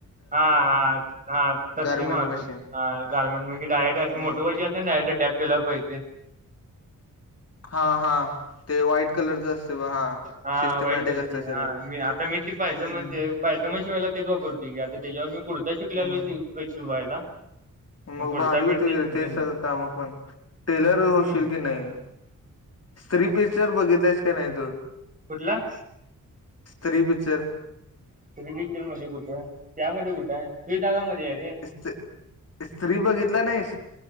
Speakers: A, on the right; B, on the left.
A: हाा हा तसली
B: गारमेंट
A: म्हणत
B: मशीन
A: हो. ह गारमेंट म्हणे डायरेटे
B: हम्म
A: मोठो वरची असते ना डयरेक्ट टॅप केला पाहिजे.
B: हा हा ते व्हाईट कलरच ब हा
A: हा
B: सिस्टमॅटिक
A: वाईट कराची
B: असते सगळं
A: हा मी आता मी ती पाहिजे म्हणते
B: हम्म
A: पाहि तर मग शिवायला तेच वापरतो की आता त्याच्यावर मी कुडता शिकलेलो
B: हम्म
A: श शिवायला
B: मग
A: कुडता
B: भारी
A: बिडता
B: होते गर
A: शिकलेलो
B: ते सगळं काम आपण टेलर होशील
A: हम्म
B: की नाही स््री पिकचर बघितलास का नाही तू
A: कुठलं
B: स्त्री पिक्चर
A: रिबिकचल मध्ये कुठं आहे त्यामध्ये कुठं आहे. हे धागामध्ये आहे रे
B: त स्त्री बघितला नाहीस.